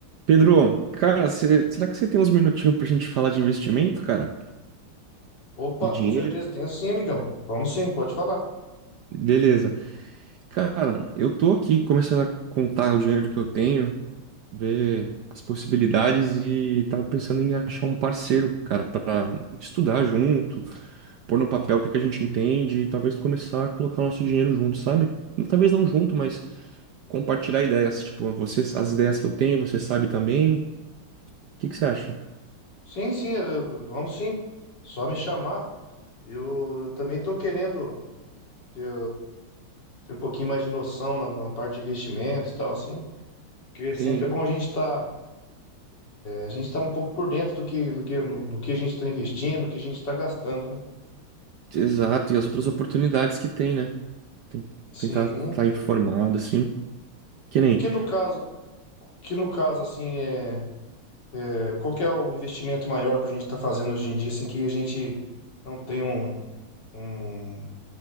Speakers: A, on the right; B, on the left.
A: Pedro, cara, cê- será que você tem uns minutinhos pra gente falar de investimento, cara?
B: Opa,
A: De dinheiro?
B: com certeza, tenho sim, amigão. Vamos sim, pode falar.
A: Beleza. Cara, eu tô aqui começando a contar o dinheiro que eu tenho, ver as possibilidades e tava pensando em achar um parceiro, cara, pra estudar junto, pôr no papel o que que a gente entende e talvez começar a colocar o nosso dinheiro junto, sabe? Talvez não junto, mas compartilhar ideias, tipo, você, as ideias que eu tenho, você sabe também. O que que você acha?
B: Sim, sim, eu- eu- vamos sim. Só me chamar. Eu, eu também tô querendo ter, ter um pouquinho mais de noção na, na parte de investimentos e tal, assim. Porque sempre
A: Sim,
B: é bom a gente estar a gente tá um pouco por dentro do que, do que, no, no que a gente está investindo, no que a gente está gastando, né?
A: exato, e as outras oportunidades que tem, né? Tem-
B: Sim.
A: tentar estar informado, assim. Que nem.
B: O que no caso, que no caso, assim, é, é, qual que é o investimento maior para a gente estar fazendo hoje em dia, assim, que a gente não tem um. um-